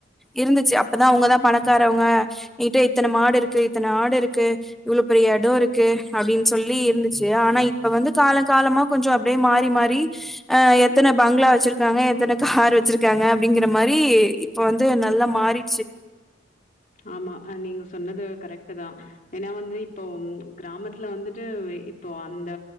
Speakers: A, in the centre; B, on the left.
A: இருந்துச்சு அப்பதா அவுங்கதா பணக் இருக்கரவங்க என்கிட்ட இத்தன மாடு இருக்கு இத்தன ஆடு இருக்கு இவ்ளோ பெரிய இடம் இருக்கு அப்டின்னு சொல்லி இருந்துச்சு ஆனா இப்ப வந்து காலோ காலமா கொஞ்சோ அப்டியே மாறி மாறி அ எத்தன பங்ளா வெச்சிருக் வச்சிருகாங்க எத்தன கார் வச்சிருகாங்க அப்டிங்கிற மாரி இப்ப வந்து நல்லா மாறிட்சு
B: ஆமா அ நீங்க சொன்னது கரெக்டு தா ஏனா வந்து இப்போ கிராமத்துல வந்துட்டு இப்போ அந்த